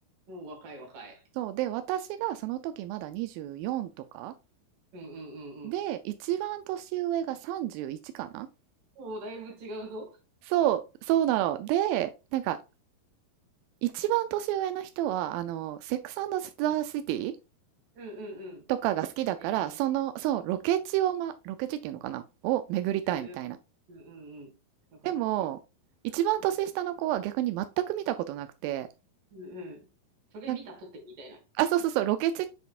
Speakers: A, on the right; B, on the right.
A: もう若い若い。
B: そう。で、私がその時まだ24とか。
A: うんうんうんうん。
B: で、一番年上が31かな
A: もうだいぶ違うぞ。
B: そう、
A: <laughs> うん
B: そうなの。で、なんか、一番年上の人は、あの、セックスザ・シティ
A: うんうん。
B: とかが好きだから、
A: 英語のね。
B: その、そう、ロケ地を、
A: うん
B: ま、ロケ地っていうのかなを巡りたいみたいな。
A: うんうん。うんうんうん。わかるわかる。
B: でも、一番年下の子は逆に全く見たことなくて、
A: うんうん。それ見たとてみたいな。
B: なんかあ、そうそうそう、ロケ地